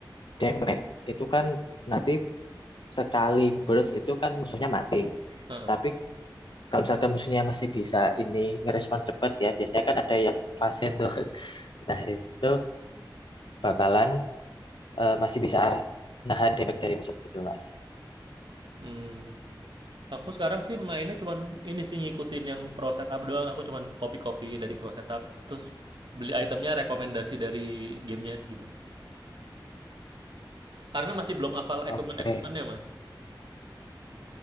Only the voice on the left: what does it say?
damage, itu kan nanti sekali burst itu kan musuhnya mati.
Tapi kalau misalkan musuhnya masih bisa ini ngerespon cepat ya biasanya kan ada yang fase tuh <laughs> nah itu bakalan eh, masih bisa nahan damage dari musuh gitu mas
oke